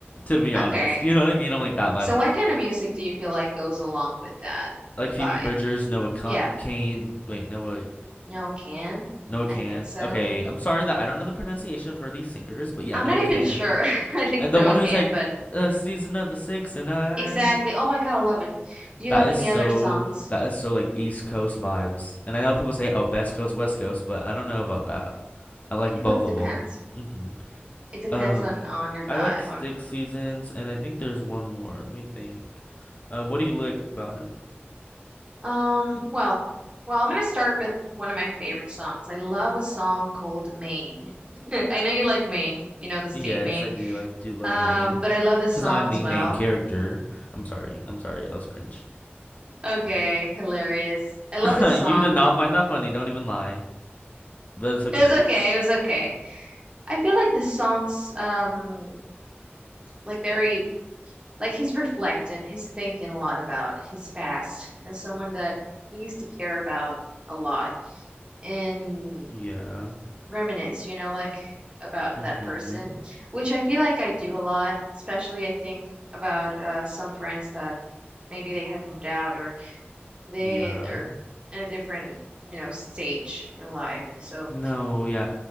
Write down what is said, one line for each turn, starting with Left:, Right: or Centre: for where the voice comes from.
Left: To be honest,
Right: Okay.
Left: you know what I mean? I'm like that vibe.
Right: So what kind of music do you feel like goes along with that
Left: Like Phoebe
Right: vibe?
Left: Bridgers, Noah Ca-
Right: Yeah,
Left: Kane, wait, Noah
Right: no can.
Left: Noah Can.
Right: I think so.
Left: Okay, I'm sorry that I don't know the pronunciation for these singers, but yeah,
Right: I'm
Left: Noah
Right: not even
Left: Can.
Right: sure. <laughs> I think
Left: Uh, The
Right: no
Left: one
Right: can,
Left: who's like,
Right: but.
Left: a season of the six and I.
Right: Exactly. Oh my God, eleven. Do you
Left: That
Right: like
Left: is
Right: any
Left: so,
Right: other songs?
Left: that is so like East Coast vibes. And I know people say, oh, best coast, west coast, but I don't know about that. I like both
Right: I feel like it
Left: of
Right: depends.
Left: them. hmm
Right: It depends
Left: Um,
Right: on on your
Left: I
Right: vibe.
Left: like Stick
Right: On
Left: Seasons, and I think there's one more. Let me think. Um, what do you like about him?
Right: um, well, well, I'm gonna start with one of my favorite songs. I love a song called Maine. <laughs> I know you like Maine. You know the state
Left: Yes,
Right: Maine.
Left: I do. I do love
Right: Um,
Left: Maine.
Right: but I love this
Left: Because
Right: song
Left: I'm
Right: as
Left: the
Right: well.
Left: main character. I'm sorry. I'm sorry. That was cringe.
Right: Okay, hilarious. I love
Left: <laughs>
Right: this
Left: You
Right: song.
Left: did not find that funny, don't even lie. But it's okay.
Right: It was okay. It was okay. I feel like the songs um like very like he's reflecting, he's thinking a lot about his past and someone that he used to care about a lot and
Left: Yeah.
Right: reminisce, you know, like about
Left: Mm-hmm.
Right: that person, which I feel like I do a lot, especially I think about uh, some friends that maybe they have moved out or they
Left: Yeah.
Right: they're in a different, you know, stage in life. So
Left: No, yeah.